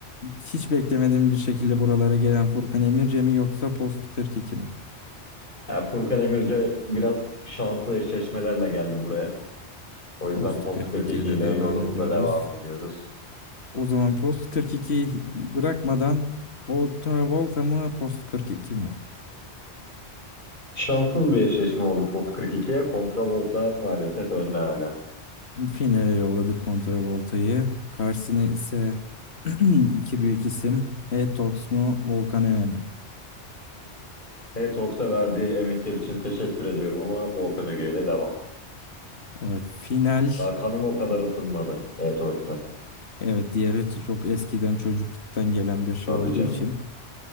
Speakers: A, on the left (about 65°); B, on the left (about 45°).
A: hiç beklemediğim bir şekilde buralara gelen Furkan Emirce mi yoksa Post 42 mi?
B: Ya Furkan Emirce biraz şanslı eşleşmelerle geldi buraya. O yüzden
A: Post
B: Post
A: 42
B: 42
A: ile
B: ile
A: devam
B: yolumuza
A: ediyoruz.
B: devam ediyoruz.
A: O zaman post 42 bırakmadan Volta mı post 42 mi?
B: Şanssız bir eşleşme oldu Post 42'ye. kontravolta maalesef önde hala.
A: Finale yolladık Volta'yı. Karşısına ise <clears throat> iki büyük isim. Etox mu Volkan Eme mi?
B: H-Talks'a verdiği emekler için teşekkür ediyorum ama Volkan Öge ile devam.
A: Evet final.
B: Daha kanım o kadar ısınmadı H-Talks'a.
A: Evet diğeri çok eskiden çocukluktan gelen bir şey
B: Tabii
A: olduğu
B: canım.
A: için.